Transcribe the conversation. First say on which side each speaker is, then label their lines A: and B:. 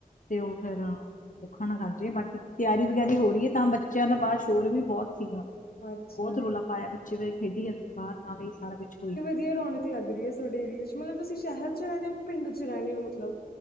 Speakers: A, on the left; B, on the left.
A: ਤੇ ਉਹ ਫੇਰ <unintelligible> ਖਣ ਕਰ ਜੇ ਬਾਕੀ ਤਿਆਰੀ ਵਿਆਰੀ ਹੋ ਰਹੀ ਹੈ ਤਾਂ ਬੱਚਿਆਂ ਦਾ ਬਾਅਦ ਸ਼ੋਰ ਵੀ ਬਹੁਤ ਸੀਗਾ।
B: ਅੱਛਾ
A: ਬਹੁਤ
B: ਨਹੀਂ
A: ਰੌਲਾ ਪਾਇਆ। ਬੱਚੇ ਵ ਖੇਡੀ ਜਾਂਦੇ ਬਾਹਰ ਨਾ ਵੀ ਸਾਰਾ ਕੁਛ ਹੋਈ।
B: ਵਧੀ ਰੌਕ ਲੱਗ ਰਹੀ ਹੈ। ਤੁਹਾਡੇ ਏਰੀਏ ਚ ਮਤਲਬ ਤੁਸੀਂ ਸ਼ਹਿਰ ਚ ਰਹਿਦੇ ਹੋ ਕਿ ਪਿੰਡ ਚ ਰਹਿੰਦੇ ਹੋ ਮਤਲਬ।